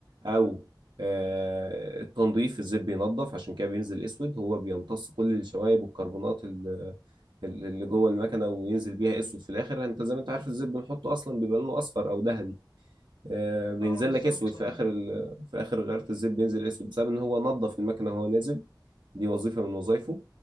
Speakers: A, on the right (about 75°); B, on the left (about 65°).
A: أو آه، التنظيف الزيت بينظف عشان كده بينزل أسود هو بيمتص كل الشوائب والكربونات ال- اللي جوه المكنة وينزل بيها أسود في الآخر أنت زي ما أنت عارف الزيت بنحطه أصلا بيبقى لونه أصفر أو ذهبي آه، بينزل
B: أه بالظبط
A: لك اسود في
B: أه.
A: اخر ال... في اخر غيره الزيت بينزل اسود بسبب ان هو نظف المكنه وهو نازل دي وظيفه من وظائفه